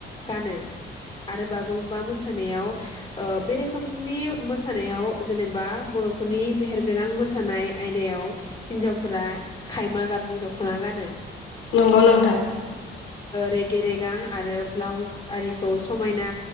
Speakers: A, on the left; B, on the left.
A: गानो आरो बागुरुम्बा मोसानायाव ओ बे रोखोमनि मोसानायाव जेनेबा बर' फोरनि मेहेरगोनां मोसानाय आयदायाव हिन्जावफोरा खायमा गाबनि दख'ना गानो ।
B: नंगौ नोंथां ।
A: रेगे रेगां आरो ब्लाउस आरिखौ समायना